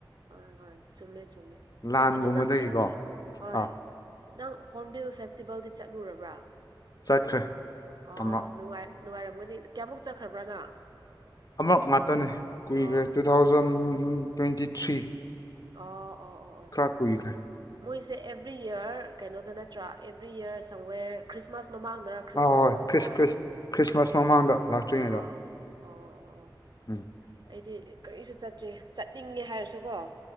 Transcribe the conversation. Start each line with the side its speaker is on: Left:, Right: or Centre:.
Right: ꯍꯣꯏ ꯍꯣꯏ ꯆꯨꯝꯃꯦ ꯆꯨꯝꯃꯦ
Left: ꯂꯥꯟꯒꯨꯝꯕꯗꯒꯤꯀꯣ
Right: ꯑꯗꯨ ꯅꯪ ꯀꯩꯅꯣꯗꯤ ꯍꯣꯏ
Left: ꯑꯥ
Right: ꯅꯪ ꯍꯣꯔꯕꯤꯜ ꯐꯦꯁꯇꯤꯚꯦꯜꯗꯤ ꯆꯠꯂꯨꯔꯕꯔꯥ
Left: ꯆꯠꯈ꯭ꯔꯦ
Right: ꯑꯣ
Left: ꯑꯃ
Right: ꯅꯨꯡꯉꯥꯏꯔꯝꯒꯅꯤ ꯀꯌꯥꯃꯨꯛ ꯆꯠꯈ꯭ꯔꯕ꯭ꯔꯥ ꯅꯪ
Left: ꯑꯃꯨꯛ ꯈꯛꯇꯅꯦ ꯀꯨꯏꯈ꯭ꯔꯦ
Right: ꯑꯣ
Left: ꯇꯨ ꯊꯥꯎꯖꯟ ꯇ꯭ꯋꯦꯟꯇꯤ ꯊ꯭ꯔꯤ
Right: ꯑꯣ ꯑꯣ ꯑꯣ ꯑꯣ
Left: ꯈꯔ ꯀꯨꯏꯈ꯭ꯔꯦ
Right: ꯃꯣꯏꯁꯦ ꯑꯦꯕ꯭ꯔꯤ ꯏꯌꯔ ꯀꯩꯅꯣꯗ ꯅꯠꯇ꯭ꯔꯥ ꯑꯦꯕ꯭ꯔꯤ ꯏꯌꯔ ꯁꯝꯋꯦꯔ ꯈ꯭ꯔꯤꯁ꯭ꯇꯃꯥꯁ ꯃꯃꯥꯡꯗꯔ ꯈ꯭ꯔꯤꯁ꯭ꯇꯃꯥꯁ
Left: ꯑ ꯍꯣꯏ
Right: ꯃꯇꯨꯡꯗ
Left: ꯈ꯭ꯔꯤꯁ ꯈ꯭ꯔꯤꯁꯃꯥꯁ ꯃꯃꯥꯡꯗ ꯂꯥꯛꯇ꯭ꯔꯤꯉꯩꯗ
Right: ꯑꯥ ꯑꯣ ꯑꯣ ꯑꯣ
Left: ꯎꯝ
Right: ꯑꯩꯗꯤ ꯀꯔꯤꯁꯨ ꯆꯠꯇꯦ ꯆꯠꯅꯤꯡꯉꯦ ꯍꯥꯏꯔꯁꯨꯀꯣ